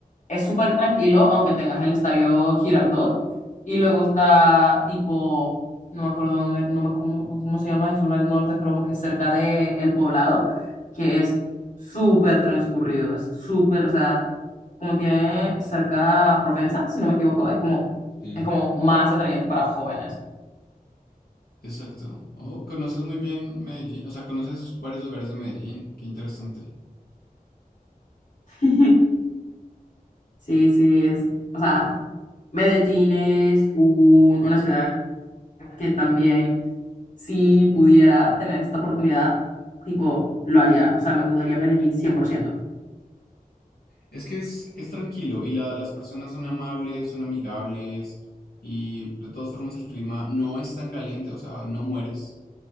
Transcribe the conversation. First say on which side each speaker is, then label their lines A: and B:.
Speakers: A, on the left; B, on the left.
A: es súper tranquilo, aunque tengas el Estadio Girardot, y luego está tipo, no me acuerdo dónde- no me acu- cómo, se llama, es uno al norte, creo que es cerca de El Poblado, que es súper transcurrido, es súper, o sea, como tiene cerca Provenza, si no me equivoco, es como,
B: Sí.
A: es como más atrayente para jóvenes.
B: Exacto. Oh, conoces muy bien Medellín, o sea, conoces varios lugares de Medellín. Qué interesante.
A: <laughs> Sí, sí, es, o sea, Medellín es un- una ciudad que también, si pudiera tener esta oportunidad, tipo, lo haría, o sea, me mudaría a Medellín cien por ciento
B: Es que es, es tranquilo y la- las personas son amables, son amigables y de todas formas el clima no es tan caliente, o sea, no mueres,